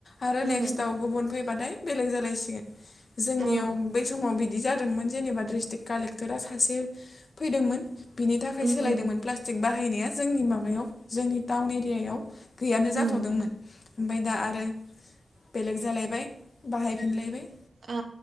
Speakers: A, on the left (about 65°); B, on the right (about 75°).
A: आरो
B: उम
A: नेक्स्टआव गुबुन फैबाथाय बेलेग जालायसिगोन। जोंनियाव
B: औ
A: बै समाव बि दि जादोंमोन जेनेबा ड्रिस्टिक कालेक्टारा सासे फैदोंमोन बिनि थाखाय
B: उम
A: सोलायदोंमोन
B: उम
A: प्लास्टिक बाहायनाया जोंनि माबायाव जोंनि टाउन एरियायाव गैयानो जाथ'दोंमोन।
B: उम
A: ओमफाय दा आरो बेलेक जालायबाय, बाहायफिनलायबाय।
B: आ